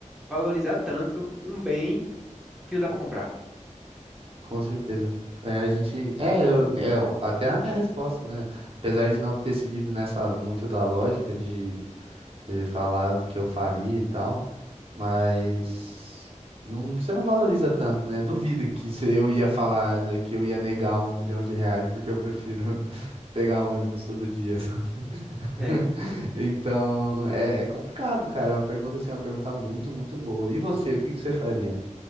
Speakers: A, in the centre; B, on the right (about 45°).
A: valorizar tanto um bem que não dá para comprar.
B: Com certeza. É, a gente. É, eu, é, eu- até na minha resposta, né? Apesar de não ter seguido nessa muito da lógica de, de falar do que eu faria e tal, mas não, você não valoriza tanto, né? Duvido que se eu ia falar né, que eu ia negar um milhão de reais, porque eu prefiro <laughs> pegar ônibus todo dia. sabe? <laughs>
A: É,
B: Então, é, é complicado, cara. É uma pergunta assim, é uma pergunta muito, muito boa. E você, o que que você faria